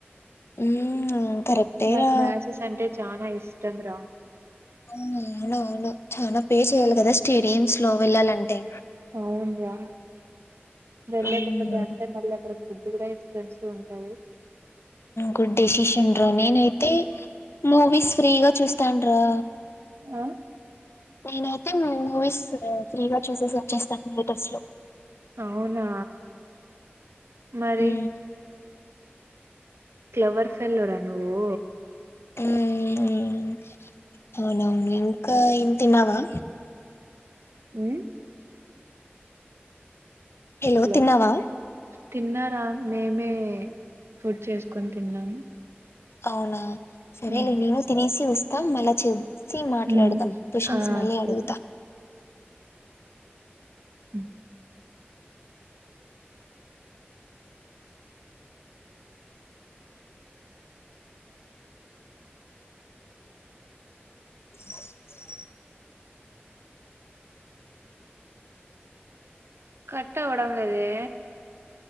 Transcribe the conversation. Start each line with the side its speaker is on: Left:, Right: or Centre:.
Left: మ్ కరెక్టేరా
Right: నాకు మ్యాచెస్ అంటే చానా ఇష్టం రా
Left: ఆ అవున అవును చనా పే చేయ్యాలి కదా స్టేడియమ్స్ లో వెళ్లాలంటే
Right: అవునురా వెళ్ళ
Left: మ్మ్
Right: ఒక్కటే అంటే మళ్ళ అ ఫుడ్ కూడా ఎక్స్పెసీవ్ ఉంటాది
Left: గుడ్ డెసిషన్ రా నేనైతే మూవీస్ ఫ్రీగా చూస్తాడ్రా
Right: అ!
Left: నేనైతే మూవీస్ ఫ్రీగా చూసేసి వచ్చేస్తా థియేటర్స్ లో
Right: అవునా మరి
Left: మ్మ్
Right: క్లవర్ ఫెలోరా నువ్వు
Left: మ్మ్మ్ అవునవును ఇంక ఏం తిన్నావా
Right: మ్
Left: హెలో
Right: హలో
Left: తిన్నావా
Right: తిన్నారా మేమే ఫుడ్ చేసుకొని తిన్నాము
Left: అవునా సరే
Right: ఉమ్,
Left: నేను తినేసి వస్తా మళ్ళ చే సి మాట్లాడదాం
Right: ఉమ్,
Left: క్వశ్చన్స్
Right: ఆ
Left: మళ్ళి
Right: సరే
Left: అడుగుతా
Right: అ
Left: అ
Right: కట్ అవ్వడం లేదే